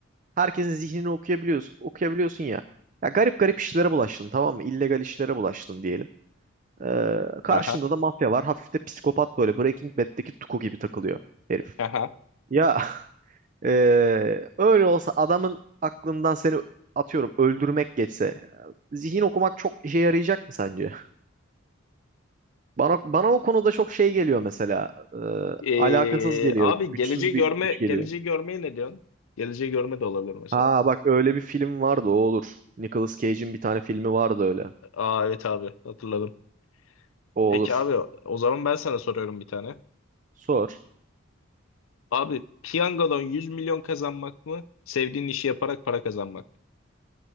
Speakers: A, on the right; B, on the left.
A: herkesin zihnini okuyabiliyorsun, okuyabiliyorsun ya. Ya garip garip işlere bulaştın tamam mı? İllegal işlere bulaştın diyelim. Ee, karşında
B: Haha,
A: da mafya var. Hafif de psikopat böyle. Breaking Bad'deki Tuku gibi takılıyor herif.
B: haha.
A: Ya <laughs> ee, öyle olsa adamın aklından seni atıyorum öldürmek geçse e, zihin okumak çok işe yarayacak mı sence? <laughs> Bana bana o konuda çok şey geliyor mesela. Ee,
B: Ee,
A: alakasız geliyor.
B: abi
A: Güçsüz
B: geleceği görme
A: bir güç
B: geleceği
A: geliyor.
B: görmeye ne diyorsun? Geleceği görme de olabilir mesela.
A: Ha bak öyle bir film vardı o olur. Nicolas Cage'in bir tane filmi vardı öyle.
B: Aa evet abi hatırladım.
A: O olur.
B: Peki abi o zaman ben sana soruyorum bir tane.
A: Sor.
B: Abi piyangodan 100 milyon kazanmak mı? Sevdiğin işi yaparak para kazanmak.